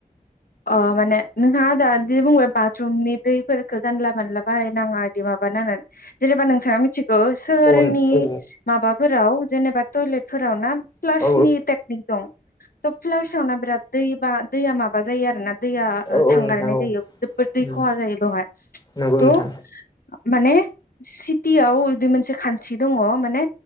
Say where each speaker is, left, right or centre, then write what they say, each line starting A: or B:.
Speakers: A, on the left; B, on the left.
A: अ माने नोंहा <unintelligible> <unintelligible> दैफोरखौ जानला मानला बाहायनाङा <unintelligible> जेनेबा नोंथाङा मिथिगौ सोहोरनि
B: उम औ
A: माबाफोराव जेनेबा टयलेटफोराव ना फ्लासनि
B: औ
A: टेकनिक दं त' फ्लासावना बिराद दै बा दैया मा <unintelligible> दैया
B: औ
A: थांगारनाय
B: औ नोंथां औ
A: जायो जोबबोद
B: उम
A: दै खहा जायो बेहाय
B: नंगौ
A: थ'
B: नोंथां
A: माने सिटियाव बिदि मोनसे खान्थि दङ माने